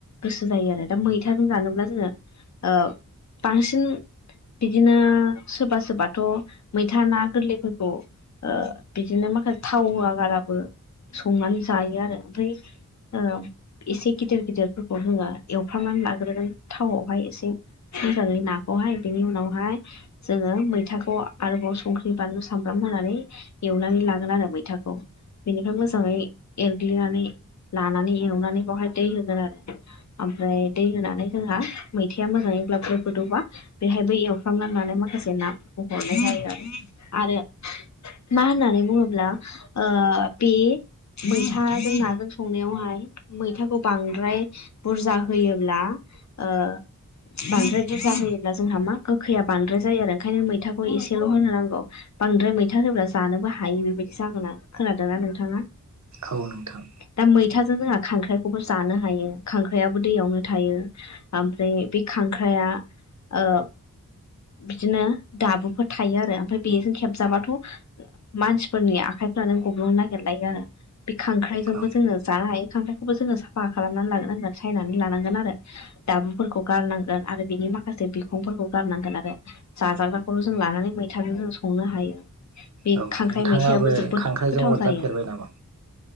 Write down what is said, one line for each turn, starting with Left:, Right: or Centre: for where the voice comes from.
Left: गोसो जायो आरो दा मैथाजों जानोब्ला जोङो ओ बांसिन बिदिनो सोरबा सोरबाथ' मैथा ना गोरलैफोरखौ ओ बिदिनो माखासे थाव होवगाराबो संनानै जायो आरो ओमफ्राय ओ एसे गिदिर गिदिरफोरखौ जोङो एवफ्रामनानै लाग्रोगोन थावआवहाय एसे मोजाङै नाखौहाय बेनि उनावहाय जोङो मैथाखौ आरोबाव संख्रि। बानलु सामब्राम होनानै एवनानै लागोन आरो मैथाखौ। बेनिफ्राय मोजाङै एरग्लिनानै लानानै एवनानै बावहाय दै होगोन आरो। आमफ्राय दै होनानै जोंहा मैथाया मोजाङै ग्लाब ग्लोब गोदौबा। बेहायबो एवफ्रामलांनानै माखासे नाफोरखौ हरनाय जायो आरो। आरो मा होननानै बुङोब्ला ओ बे मैथाजों नाजों संनायावहाय मैथाखौ बांद्राय बुरजा होयोब्ला ओ बांद्राय बुरजा होयोब्ला जोंहा मा गोखैया बांद्राय जायो आरो ओंखायनो मैथाखौ एसेल' होनो नांगौ। बांद्राय मैथा होब्ला जानोबो हायो बेबायदि जागोना खोनादों। दाना नोंथाङा
Right: औ नोंथां
Left: दा मैथाजों जोंहा खांख्राइखौबो जानो हायो। खांख्राइाबो दैयावनो थायो। आमफ्राय बे खांख्राया ओ बिदिनो दाबुफोर थायो आरो ओमफ्राय बेजों खेबजाबाथ' मानसिफोरनि आखाइफ्रानो गब्लुंनो नागिरलायो आरो। बे खांख्राइजोंबो
Right: औ
Left: जोङो जानो हायो खांख्राइखौबो जोङो साफा खालामनानै लोनांगोन सायनानै लानांगोन आरो। दाबुफोरखौ गारनांगोन आरो बिनि माखासे बिखंफोरखौ गारनांगोन आरो। जाजाग्राखौल' जों लानानै मैथाजों जों संनो हायो। बे
Right: औ
Left: खांख्राइ
Right: नोंथाङाबो
Left: मैथायाबो जोबोद
Right: खांख्राइजों
Left: गोथाव
Right: अरजाफेरबाय
Left: जायो।
Right: नामा?